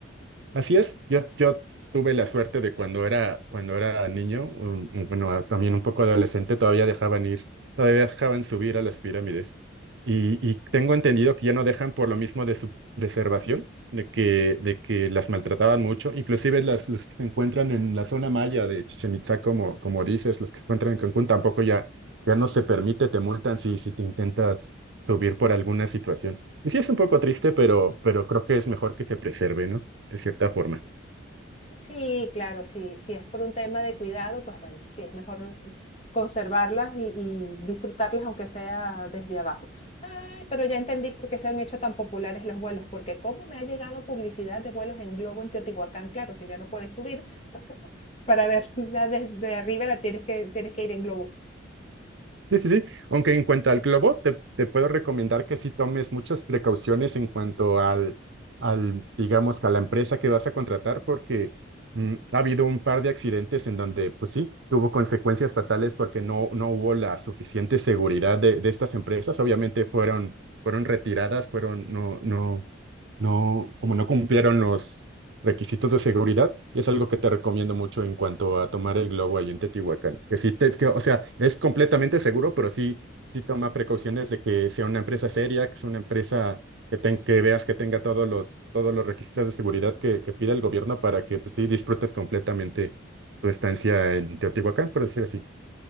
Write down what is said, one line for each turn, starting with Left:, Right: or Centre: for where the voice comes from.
Right: Así es, yo, yo tuve la suerte de cuando era, cuando era niño, um, um, bueno, a- también un poco adolescente, todavía dejaban ir, todavía dejaban subir a las pirámides. Y, y tengo entendido que ya no dejan por lo mismo de su preservación, de que, de que las maltrataban mucho, inclusive las, los que se encuentran en la zona maya de Chichen Itzá, como, como dices, los que se encuentran en Cancún, tampoco ya, ya no se permite, te multan si, si te intentas subir por alguna situación. Y sí es un poco triste, pero, pero creo que es mejor que se preserve, ¿no? de cierta forma.
Left: Sí, claro, sí, si es por un tema de cuidado, pues bueno, sí, es mejor conservarlas y, y disfrutarlas aunque sea desde abajo. Ay, pero ya entendí por qué se han hecho tan populares los vuelos, porque cómo me ha llegado publicidad de vuelos en globo en Teotihuacán, claro, si ya no puedes subir, <laughs> pues, para verla desde arriba la tienes que, tienes que ir en globo.
Right: Sí, sí, sí. Aunque en cuanto al globo, te, te puedo recomendar que sí tomes muchas precauciones en cuanto al, al, digamos, que a la empresa que vas a contratar, porque mm, ha habido un par de accidentes en donde, pues sí, tuvo consecuencias fatales porque no, no hubo la suficiente seguridad de, de estas empresas. Obviamente fueron, fueron retiradas, fueron, no, no, No, como no cumplieron los requisitos de seguridad, y es algo que te recomiendo mucho en cuanto a tomar el globo ahí en Teotihuacán. Que sí, te- es que, o sea, es completamente seguro, pero sí, sí toma precauciones de que sea una empresa seria, que sea una empresa que, ten- que veas que tenga todos los, todos los requisitos de seguridad que, que pide el gobierno para que pues, sí disfrutes completamente tu estancia en Teotihuacán, por decir así.